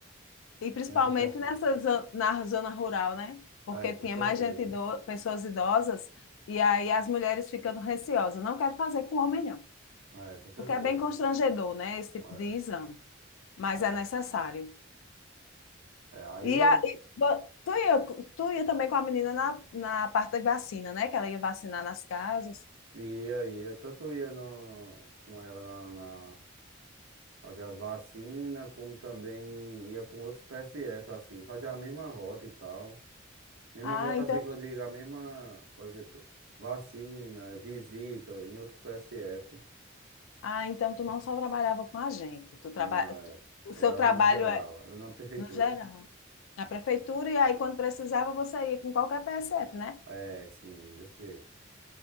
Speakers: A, on the left (about 75°); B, on the right (about 80°).
A: E principalmente
B: Tem essa questão.
A: nessa zo- na zona rural, né? Porque
B: É, com
A: tinha
B: certeza.
A: mais gente, ido- pessoas idosas, e aí as mulheres ficando receosas. Não quero fazer com homem, não.
B: É, com certeza.
A: O que é bem constrangedor, né? Esse tipo
B: É,
A: de exame. Mas
B: é.
A: é necessário.
B: É, aí
A: E,
B: eu
A: a, e vo- tu ia, tu ia também com a menina na, na parte da vacina, né? Que ela ia vacinar nas casas.
B: ia, ia, tanto ia no, com ela na, na- fazer as vacinas, como também ia com outros PSF, assim, fazer a mesma rota e tal. Mesma
A: Ah,
B: rota
A: então,
B: assim que eu digo, a mesma, por exemplo, vacina, visita em outros PSF.
A: ah, então tu não só trabalhava com a gente. Tu
B: Na,
A: traba, tu- o
B: trabalhava
A: seu trabalho
B: no geral,
A: é
B: era numa prefeitura.
A: no geral. Na prefeitura, e aí quando precisava, você ia com qualquer PSF, né?
B: É, sim, desse jeito.